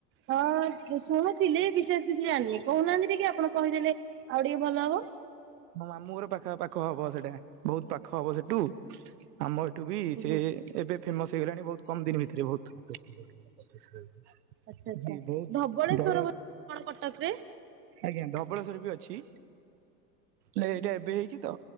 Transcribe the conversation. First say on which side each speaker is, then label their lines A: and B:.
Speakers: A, on the right (about 25°); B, on the right (about 70°).
A: ହଁ ବି ଶୁଣୁଥିଲି ବିଶେଷ କିଛି ଜାଣିନି କହୁନାହାନ୍ତି ଟିକେ ଆପଣ କହିଦେଲେ ଆଉ ଟିକେ ଭଲ ହବ।
B: ମୋ ମାମୁଁ ଘର ପାଖା ପାଖ ହବ ସେଟା ବହୁତ ପାଖ ହବ ସେଠୁ ଆମ। ଏଠୁ ବି
A: ଓହୋ
B: ସେ ଏବେ ଫେମସ ହେଇଗଲାଣି ବହୁତ କମ ଦିନ ଭିତରେ ବହୁତ।
A: ଆଛା ଆଚ୍ଛା।
B: ଜି ବହୁତ
A: ଧବଳେଶ୍ଵର
B: ବଡ
A: କଣ କଟକରେ?
B: ଆଜ୍ଞା ଧବଳେଶ୍ୱର ବି ଅଛି, ନାଇ ଏଇଟା ଏବେ ହେଇଛି ତ।